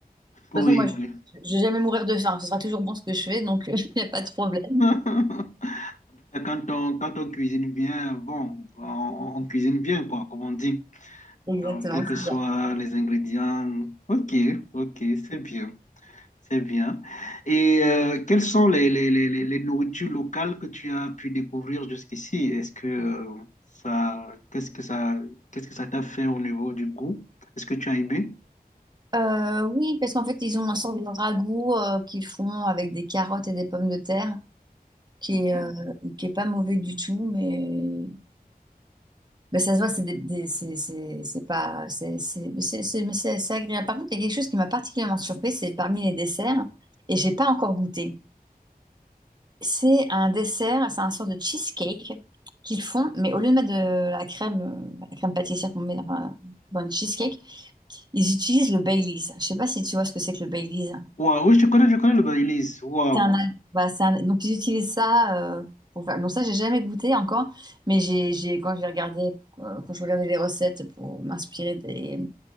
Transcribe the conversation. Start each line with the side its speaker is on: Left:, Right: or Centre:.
Left: Oui,
Right: façon, moi,
Left: oui.
Right: je je vais jamais mourir de faim. Ce sera toujours bon ce que je fais, donc <laughs> il n'y a pas de problème.
Left: <laughs> Quand on, quand on cuisine bien, bon, on, on cuisine bien, quoi, comme on dit.
Right: Exactement,
Left: Donc, quels que
Right: c'est
Left: soient
Right: ça.
Left: les ingrédients. Ok, ok, c'est bien. C'est bien. Et euh, quelles sont les, les, les, les les nourritures locales que tu as pu découvrir jusqu'ici? Est-ce que euh, ça, qu'est-ce que ça, qu'est-ce que ça t'a fait au niveau du goût? Est-ce que tu as aimé?
Right: Euh, oui, parce qu'en fait, ils ont un sort de ragoût euh, qu'ils font avec des carottes et des pommes de terre, qui
Left: Ok.
Right: est, euh, qui est pas mauvais du tout, mais Mais ça se voit, c'est des- des- c'est c'est- c'est pas. C'est c'est- mais c'est- c'est- mais c'est- c'est agréable. Par contre, il y a quelque chose qui m'a particulièrement surpris, c'est parmi les desserts, et j'ai pas encore goûté. C'est un dessert, c'est un sort de cheesecake qu'ils font, mais au lieu de mettre de la crème, euh, la crème pâtissière qu'on met enfin, dans une cheesecake, ils utilisent le Baileys. Je sais pas si tu vois ce que c'est que le Baileys.
Left: Waouh, oui, je connais, je connais le Baileys. Waouh,
Right: C'est un, voilà, c'est un- donc ils utilisent ça euh, pour faire. Donc ça, j'ai jamais goûté encore, mais j'ai, j'ai quand j'ai regardé, euh, quand je regardais les recettes pour m'inspirer des